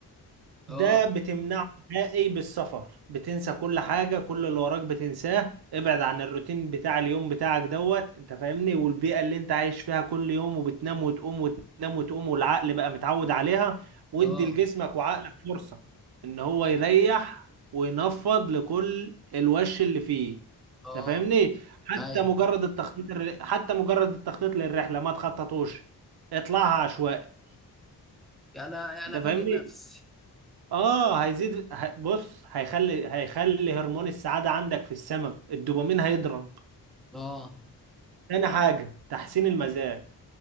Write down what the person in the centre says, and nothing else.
اه
اه
اه
ايوه
انا انا
فاجئ نفسي
اه